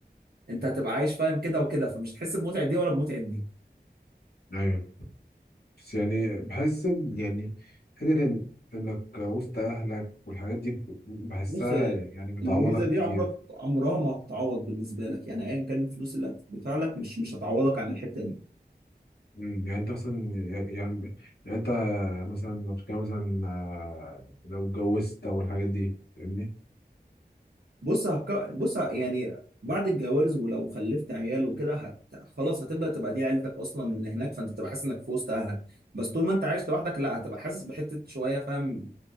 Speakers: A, on the right (about 65°); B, on the left (about 70°).
A: انت هتبقى عايش فاهم كده وكده فمش هتحس بمتعه دي ولا بمتعه دي
B: ايوه بس يعني بحس إن- يعني حته إن- انك وسط اهلك والحاجات دي ب- بحسها
A: بص هي
B: يعني بتعوضك
A: الميزه دي
B: كتير
A: عمرك عمرها ما هتتعوض بالنسبه لك يعني ايا كان الفلوس اللي هتدفع لك مش مش هتعوضك عن الحته دي
B: مم، يعني انت مثلا يعني يعني انت مثلا لو بتتكلم مثلا آه، لو اتجوزت او الحاجات دي فاهمني
A: بص هك... بص ه- يعني بعد الجواز ولو خلفت عيال وكده هت... خلاص هتبدا تبقى دي عيلتك اصلا اللي هناك فانت تبقى حاسس انك في وسط اهلك بس طول ما انت عايش لوحدك لا هتبقى حاسس بحته شويه فاهم